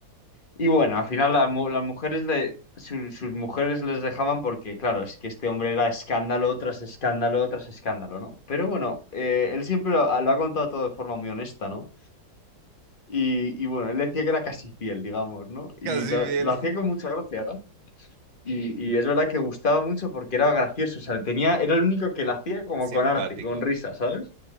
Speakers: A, on the left (about 30°); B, on the right (about 80°).
A: y bueno, al final la mu- las mujeres le, su- sus mujeres les dejaban porque, claro, es que este hombre era escándalo tras escándalo tras escándalo, ¿no? Pero bueno, eh, él siempre lo, ha lo ha contado todo de forma muy honesta, ¿no? Y, y bueno, él decía que era casi fiel, digamos, ¿no? Y
B: Casi
A: lo,
B: bien
A: lo hacía con mucha gracia, ¿no? Y, y es verdad que gustaba mucho porque era gracioso, o sea, tenía, era el único que lo hacía como
B: <laughs> simpático.
A: con arte, con risa, ¿sabes?